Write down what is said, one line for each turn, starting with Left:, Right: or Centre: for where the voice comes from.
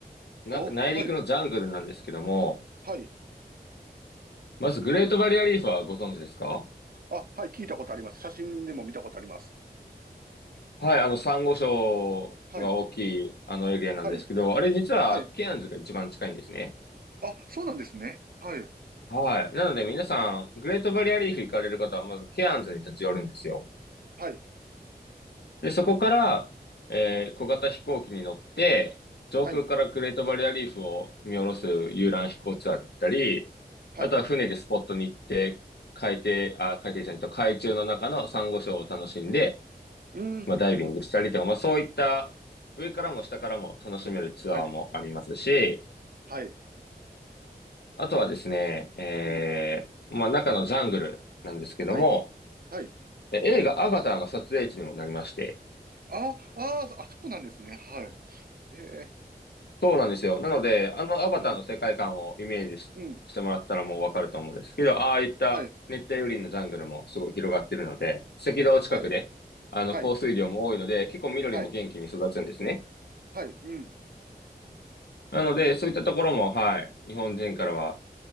Left: な、
Right: お、
Left: 内陸のジャングルなんですけども、
Right: はい。はい。
Left: まずグレートバリアリーフはご存知ですか
Right: うん。あ、はい。聞いたことあります。写真でも見たことあります。
Left: はい、あの、サンゴ礁が大きい、
Right: はい。
Left: あのエリアなんですけど、
Right: はい。
Left: あれ実はケアンズが一番近いんですね。
Right: はい。あ、そうなんですね。はい。
Left: はい。なので皆さん、グレートバリアリーフ行かれる方はまずケアンズに立ち寄るんですよ。
Right: はい。
Left: で、そこから、えー小型飛行機に乗って、上空からグレートバリアリーフを見下ろす遊覧飛行ツアーだったり、
Right: はい。はい。
Left: あとは船でスポットに行って、海底、あ、海底じゃないと、海中の中のサンゴ礁を楽しんで、
Right: うん。
Left: まあ、ダイビングしたりとか、まあ、そういった上からも下からも楽しめるツアーもありますし、
Right: はい。はい。
Left: あとはですね、えー、
Right: うん。
Left: まあ、中のジャングルなんですけども、
Right: はい。はい。
Left: え映画アバターの撮影地にもなりまして、
Right: ああ、あそこなんですね。はい。へえ。
Left: そうなんですよ。なので、あのアバターの世界観をイメージし、
Right: うん。うん。
Left: してもらったらもうわかると思うんですけど、ああいった熱帯雨林のジャングルもすごい広がってるので、
Right: はい。
Left: 赤道近くで、
Right: はい。
Left: あの、
Right: はい。
Left: 降水量も多いので、結構緑も元気に育つんですね。
Right: はい。はい、うん、
Left: なので、そういったところも、はい、日本人からは、